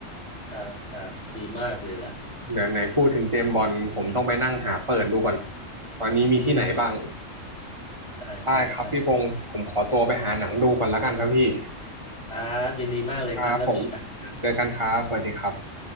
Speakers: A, on the left; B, on the right.
A: ครับครับดีมากเลยล่ะ
B: เดี๋ยวไหนพูดถึงเจมส์บอนด์ผมต้องไปนั่งหาเปิดดูก่อนตอนนี้มีที่ไหนบ้าง
A: อืมใช่ใช่ใช่
B: ได้ครับพี่พงศ์ผมขอตัวไปหาหนังดูก่อนแล้วกันครับพี่
A: ครับยินดีมากเลยครับ
B: ครับผม
A: แล้วเจอกันครับ
B: เจอกันครับสวัสดีครับ